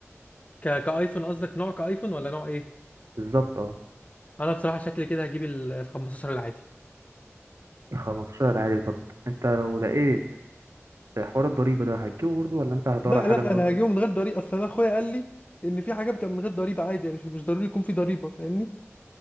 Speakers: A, on the left; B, on the right.
A: ك... كايفون قصدك نوع كايفون ولا نوع ايه
B: بالظبط اه
A: انا بصراحه شكلي كده هجيب ال ال 15 العادي
B: ال 15 عادي طب انت لو لقيت حوار الضريبه ده هتجيبه برضه ولا انت هتدور
A: لا
B: على حاجه
A: لا
B: من غير
A: انا
B: ضريبه
A: هجيبه من غير ضريبه اصلا انا اخويا قال لي ان في حاجه بتبقى من غير ضريبه عادي يعني مش مش ضروري يكون في ضريبه فاهمني